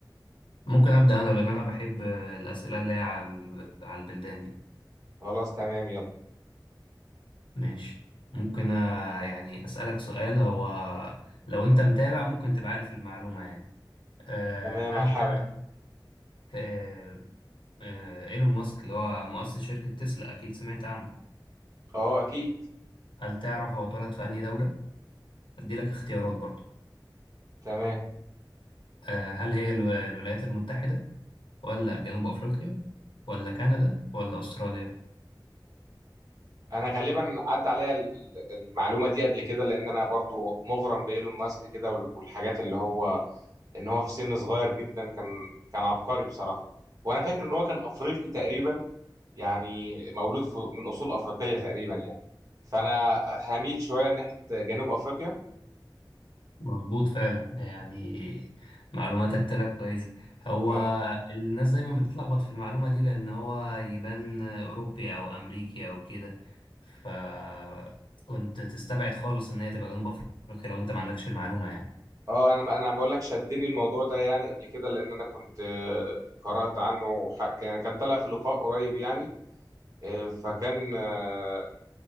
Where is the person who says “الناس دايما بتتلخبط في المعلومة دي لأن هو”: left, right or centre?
Left